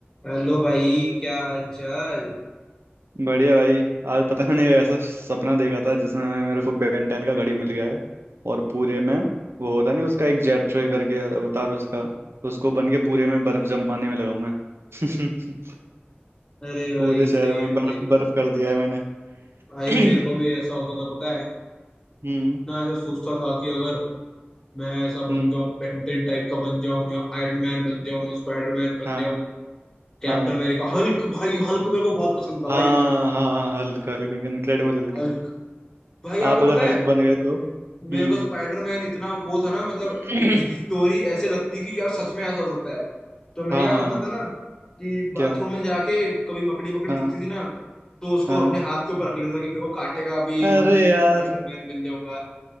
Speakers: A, on the left; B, on the right.
A: Hello भाई क्या हाल चाल
B: बढ़िया भाई आज पता है मैंने ऐसा सपना देखा था जिसमें मेरे को बेन टेन का घड़ी मिल गया है और पूरे में वो होता नहीं उसका एक जेट ट्रे करके अवतार उसका उसको बन के पूरे में बर्फ जमाने में लगा हूं मैं <laughs>
A: अरे भाई
B: पूरे शहर
A: सही
B: में
A: है भाई
B: बर्फ बर्फ कर दिया है मैंने
A: भाई
B: <clears throat>
A: मेरे को भी ऐसा होता था पता है
B: हम्म
A: ना ऐसा सोचता था कि अगर मैं ऐसा बन
B: हम्म
A: जाऊं बेंटेन टाइप का बन जाऊं या आयरन मैन बन जाऊं स्पाइडरमैन बन
B: हाँ
A: जाऊं कैप्टन
B: हाँ
A: अमेरिका हल्क भाई हल्क मेरे को बहुत पसंद था भाई
B: हाँ हाँ हाँ हल्क हल्क इनक्रेडिबल हल्क
A: हल्क भाई
B: आप
A: आपको
B: अगर
A: पता है
B: हल्क बन गए तो हम्म
A: मेरे को स्पाइडरमैन इतना वो था ना मतलब
B: <clears throat>
A: उसकी स्टोरी ऐसे लगती कि यार सच में ऐसा हो सकता है तो मैं
B: हाँ
A: क्या
B: हाँ
A: करता
B: हाँ,
A: था ना कि बाथरूम
B: क्या
A: में जाके कभी मकड़ी वकड़ी
B: हाँ
A: दिखती थी ना तो उसको
B: हाँ
A: अपने हाथ के ऊपर रख लेता था कि मेरे को काटेगा अभी
B: अरे
A: मम्मी मैं
B: यार
A: स्पाइडरमैन बन जाऊंगा